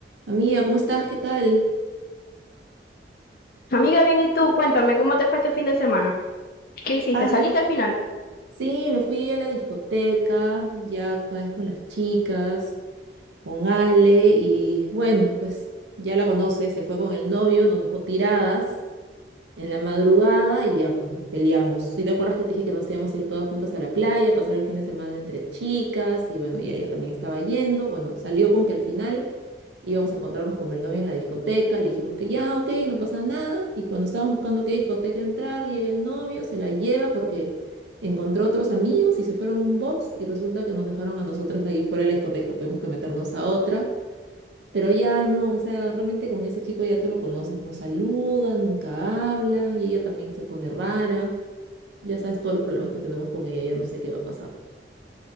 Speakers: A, on the right (about 80°); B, on the left (about 55°).
A: Amiga, ¿cómo estás? ¿Qué tal?
B: Amiga, bien, ¿y tú? Cuéntame, ¿cómo te fue este fin de semana? ¿Qué hiciste?
A: Ay,
B: ¿Saliste al final?
A: Sí, me fui a la discoteca, ya otra vez con las chicas, con Ale y bueno, pues ya la conoces, se fue con el novio, nos dejó tiradas en la madrugada y ya pues, nos peleamos. Si te acuerdas que te dije que nos íbamos a ir todas juntas a la playa, pasar el fin de semana entre chicas y bueno, y ella también estaba yendo. Bueno, salió con que al final íbamos a encontrarnos con el novio en la discoteca, le dijimos que ya, ok, no pasa nada. Y cuando estábamos buscando qué discoteca entrar, llega el novio, se la lleva porque encontró otros amigos y se fueron a un box y resulta que nos dejaron a nosotras ahí fuera de la discoteca. Tuvimos que meternos a otra. Pero ya no, o sea, realmente con ese chico ya tú lo conoces, no saluda, nunca habla y ella también se pone rara. Ya sabes todos los problemas que tenemos con ella, ya no sé qué va a pasar.